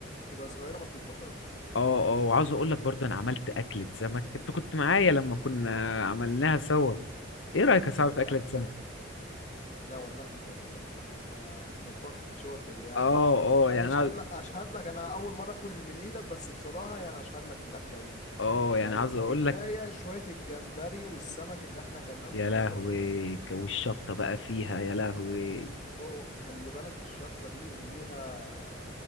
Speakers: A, on the left (about 40°); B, on the left (about 80°).
A: تبقى صغيره ما بتتبشرش
B: اه اه وعاوز اقول لك برضه
A: مم.
B: انا عملت اكلة سمك انت كنت معايا لما كنا عملناها سوا
A: اه
B: ايه رأيك
A: فاكر
B: يا صاحبي في
A: الاكله
B: اكلة سمك
A: لا والله تسلم ايدك يا صاحبي انت طباخ شاطر يعني
B: اه اه
A: انا
B: يعني
A: اشهد
B: انا
A: لك اشهد لك انا اول مره اكل من ايدك بس بصراحه يعني اشهد لك في الاكله دي
B: اه يعني
A: يعني
B: عاوز اقول
A: كفايه
B: لك
A: شويه الجمبري والسمك اللي احنا اكلناهم
B: يا
A: كانوا
B: لهوي
A: تحفه
B: ك- والشطة بقى فيها يا لهوي
A: اوه خلي بالك الشطه دي ليها